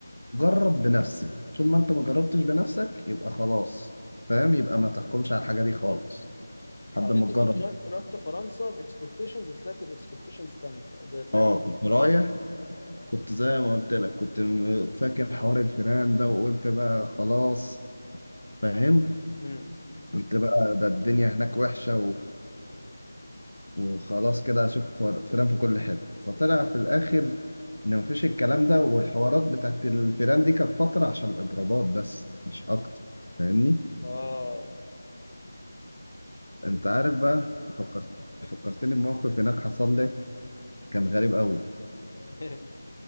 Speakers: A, on the left; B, on the left.
A: جرب بنفسك طول ما انت ما جربتش بنفسك يبقى خلاص فاهم يبقى ما تحكمش على الحاجه دي خالص لحد
B: يعني
A: ما
B: انت
A: تجرب
B: كنت را- رحت فرنسا باكسبكتيشنز وطلعت باكسبكتيشنز تانية طلعت
A: اه كنت رايح كنت زي ما قلت لك كنت م- فاكر حوار الفيران ده وقلت بقى خلاص فاهم
B: امم
A: قلت بقى ده الدنيا هناك وحشة وخلاص كده هشوف فر- فيران في كل حتة فطلع في الآخر إن مفيش الكلام ده والحوارات بتاعت الفيران دي كانت فترة عشان الإضرابات بس مش أكتر فاهمني؟
B: اه
A: أنت عارف بقى
B: فهمت.
A: فكرت فكرتني بموقف هناك حصل لي كان غريب أوي
B: <laughs>